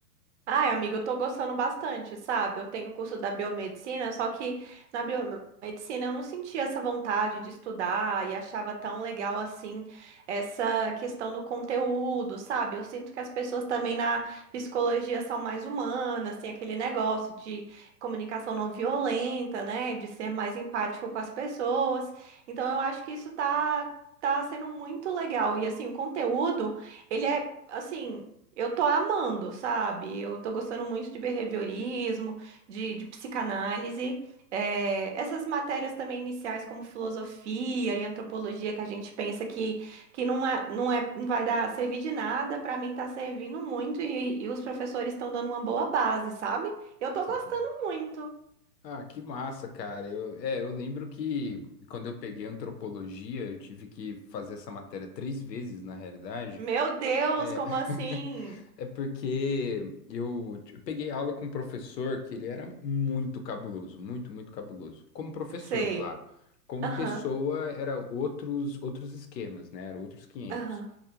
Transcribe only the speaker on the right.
Ai, amiga, eu tô gostando bastante, sabe? Eu tenho o curso da biomedicina, só que na biomedicina eu não sentia essa vontade de estudar e achava tão legal assim essa questão do conteúdo, sabe? Eu sinto que as pessoas também na psicologia são mais humanas, tem aquele negócio de comunicação não violenta, né? De ser mais empático com as pessoas. Então eu acho que isso tá, tá sendo muito legal. E assim, o conteúdo, ele é. Assim, eu tô amando, sabe? Eu tô gostando muito de behaviorismo, de, de psicanálise. É, essas matérias também iniciais, como filosofia e antropologia, que a gente pensa que, que não é, não é, não vai dar servir de nada, pra mim tá servindo muito e, e os professores estão dando uma boa base, sabe? Eu tô
gostando
muito.
Meu Deus,
como
assim?
Sei.
Aham,
aham.